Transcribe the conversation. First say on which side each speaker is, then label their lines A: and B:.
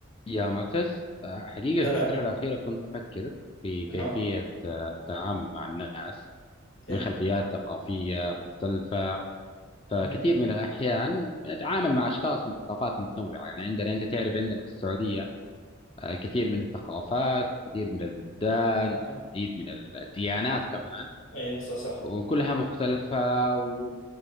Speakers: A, on the left; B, on the left.
A: يا معتز آه، حقيقة
B: هلا
A: في الفترة الأخيرة كنت أفكر في كيفية
B: اها
A: آه، التعامل مع الناس
B: اوكي
A: من خلفيات ثقافية مختلفة فكثير
B: اها
A: من الأحيان أتعامل مع أشخاص من ثقافات متنوعة يعني عندنا أنت تعرف عندنا في السعودية آه، الكثير من الثقافات الكثير من البلدان
B: اها
A: العديد من الديانات كمان
B: اي صح صح
A: وكلها مختلفة و-